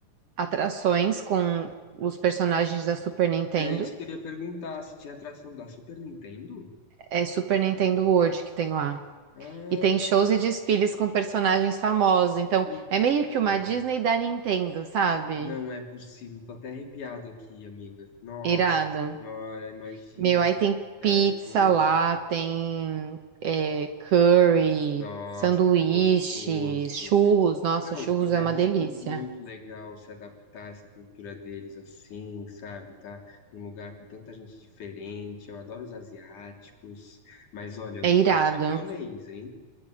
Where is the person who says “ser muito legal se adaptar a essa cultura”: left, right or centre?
Left